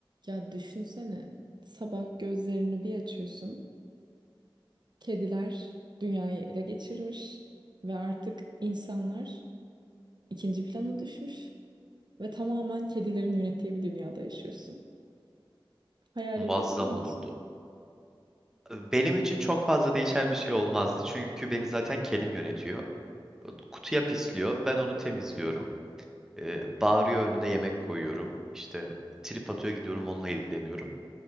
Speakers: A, on the right; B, in the centre.
A: Ya düşünsene, sabah gözlerini bir açıyorsun, kediler dünyayı ele geçirmiş ve artık insanlar ikinci plana düşmüş ve tamamen kedilerin yönettiği bir dünyada yaşıyorsun. Hayal
B: muazzam
A: edebiliyor musun?
B: olurdu. Benim için çok fazla değişen bir şey olmazdı. Çünkü beni zaten kedim yönetiyor. Kutuya pisliyor. Ben onu temizliyorum. Ee, bağırıyor önüne yemek koyuyorum. İşte trip atıyor gidiyorum onunla ilgileniyorum.